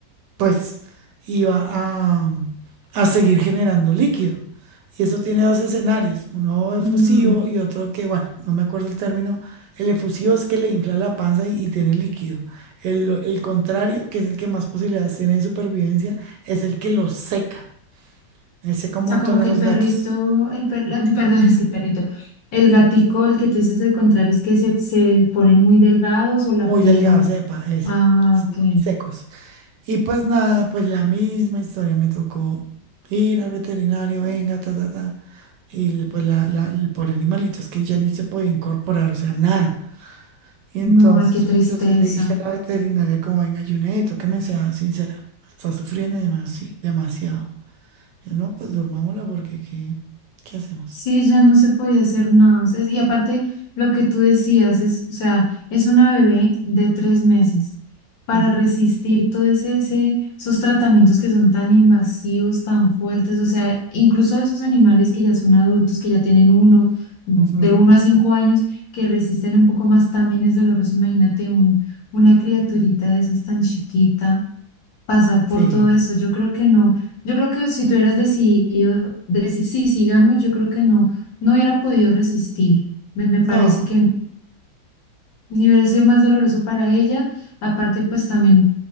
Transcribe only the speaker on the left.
No.
sea,
como
que
el perrito,
el per, la- <laughs> perdón, es que perrito, el gatico, el que tú dices el contrario, es que se, se ponen muy delgados o la
piel.
Ah,
ok.
No, ay, qué tristeza.
Sí, ya no se podía hacer nada. Es- y aparte, lo que tú decías es, o sea, es una bebé de tres meses. Para
resistir todo ese, ese- esos tratamientos que son tan invasivos, tan fuertes, o sea, incluso esos animales que ya son adultos, que ya tienen uno, de
uno a cinco años, que resisten un poco más, también es doloroso. Imagínate un, una criaturita de esas tan chiquita pasar por
todo eso. Yo creo que no. Yo creo que si tú hubieras decidido decir sí, sigamos, yo creo que no, no hubiera podido resistir. Me, me parece
que ni hubiera sido más doloroso para ella. Aparte, pues también